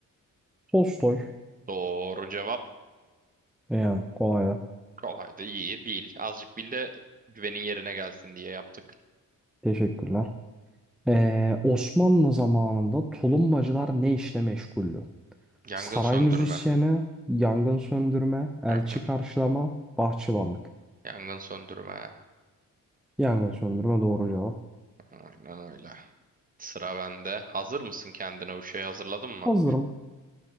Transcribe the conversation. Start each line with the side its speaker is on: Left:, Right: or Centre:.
Centre: Tolstoy.
Right: Doğru cevap.
Centre: Yani kolay da.
Right: Kolaydı. iyi Bil. Azıcık bil de güvenin yerine gelsin diye yaptık.
Centre: Teşekkürler. Eee, Osmanlı zamanında tulumbacılar ne işle meşguldü?
Right: Yangın
Centre: Saray
Right: söndürme.
Centre: müzisyeni, yangın söndürme, elçi
Right: Yangın.
Centre: karşılama, bahçıvanlık.
Right: Yangın söndürme.
Centre: Yangın söndürme doğru cevap.
Right: Aynen öyle. Sıra bende. Hazır mısın kendine bu şeyi hazırladın mı?
Centre: Hazırım.